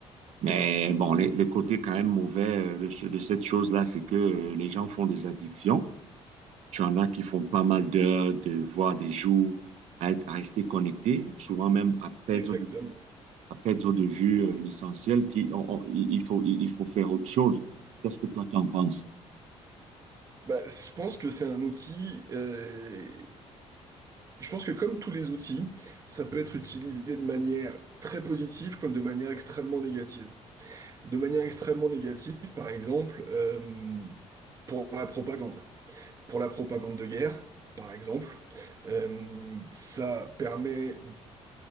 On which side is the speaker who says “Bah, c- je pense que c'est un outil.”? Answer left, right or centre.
Right